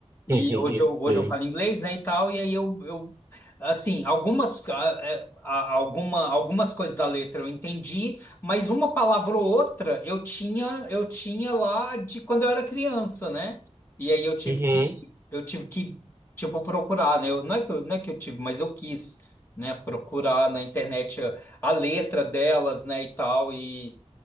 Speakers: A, on the left; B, on the right.
A: e
B: <laughs>
A: hoje eu,
B: Sim.
A: hoje eu falo inglês, né, e tal, e aí eu, eu assim, algumas, ah, é, a- alguma, algumas coisas da letra eu entendi, mas uma palavra ou outra eu tinha, eu tinha lá de quando eu era criança, né? E aí eu tive
B: Uhum.
A: que, eu tive que, tipo, procurar, né? Eu, não é que eu, não é que eu tive, mas eu quis, né? Procurar na internet a, a letra delas, né, e tal, e